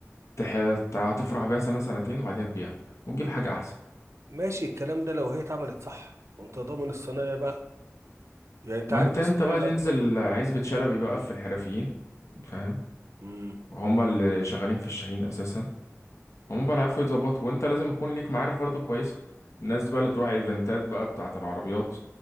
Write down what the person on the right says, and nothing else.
ماشي الكلام ده لو هي اتعملت صح وأنت ضامن الصنايعي بقى يعني أنت
عارف
الصنايعي
اللي
هتروح له
مم.